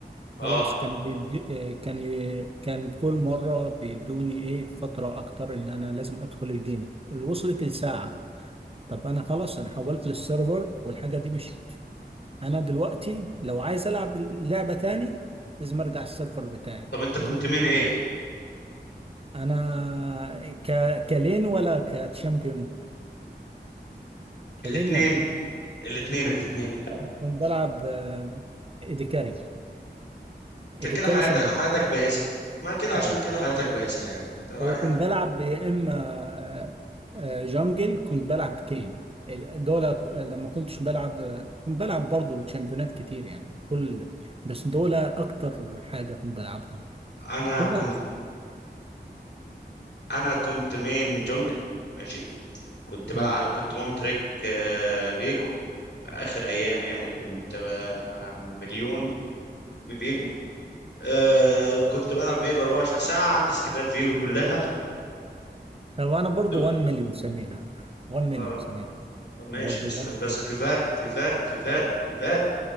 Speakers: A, on the left (about 75°); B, on the right (about 35°).
A: اه
B: خلاص كان بيدي آه، كان ي- كان كل مرة بيدوني ايه فترة اكتر ان انا لازم ادخل الجيم اللي وصلت لساعة طب انا خلاص انا حولت للسيرفر والحاجة دي مشيت انا دلوقتي لو عايز العب لعبة تاني لازم ارجع السيرفر بتاعي
A: طب انت كنت
B: اللي هو
A: من ايه
B: مر. انا ك... كلين ولا كتشامبيون كلين
A: الاتنين
B: ولا ايه
A: الاتنين الاتنين
B: كنت بلعب آه، ايديكاري
A: عشان
B: ايديكاري
A: كده حياتك
B: سمين
A: حياتك بائسة ما كده عشان
B: اه
A: كده حياتك بائسة يعني انت رايح
B: وكنت
A: ل-
B: بلعب يا اما آه، آه، جانجل كنت بلعب كين دول لما كنتش بلعب كنت بلعب برضو تشامبيونات كتير يعني كل بس دول اكتر حاجة كنت بلعبهم
A: انا
B: كنت
A: كنت
B: بلعب
A: انا كنت مين جونجل ماشي كنت بقى
B: مم.
A: انا كنت وان تريك فيجو اخر ايام يعني كنت بقى انا مليون بفيجو آه كنت بلعب فيجو 24 ساعة عندي سكنات فيجو كلها كنت
B: طب انا برضو
A: ب-
B: 1 مليون سميرة 1 مليون
A: آه
B: سميرة
A: ماشي
B: برضو
A: بس
B: 1
A: بس
B: مليون
A: في فرق في فرق في فرق في فرق